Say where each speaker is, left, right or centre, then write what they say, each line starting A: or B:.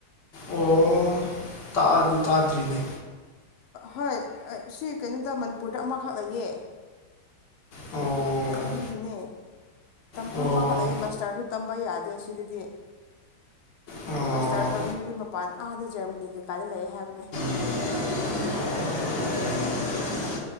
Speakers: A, on the left; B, on the left.
A: ꯑꯣ ꯇꯥꯗꯤ ꯇꯥꯗ꯭ꯔꯤꯅꯦ
B: ꯍꯣꯏ ꯁꯤ ꯀꯩꯅꯣꯗ ꯃꯅꯤꯄꯨꯔꯗ ꯑꯃꯈꯛ ꯂꯩꯌꯦ
A: ꯑꯣ
B: ꯑꯗꯨꯒꯤꯅꯦ ꯇꯝꯐꯝ
A: ꯑꯣ
B: ꯑꯃꯈꯠꯂꯛ ꯂꯌꯦ ꯃꯥꯁꯇꯔꯁꯨ ꯇꯝꯕ ꯌꯥꯗꯦ ꯁꯤꯗꯗꯤ
A: ꯑꯣ
B: ꯃꯥꯁꯇꯥꯔ ꯇꯧꯅꯤꯡꯉꯗꯤ ꯃꯄꯥꯟ ꯑꯥꯗ ꯖꯔꯃꯅꯤ ꯀꯩꯀꯥꯗ ꯂꯩ ꯍꯥꯏꯕꯅꯤ
A: <inaudible>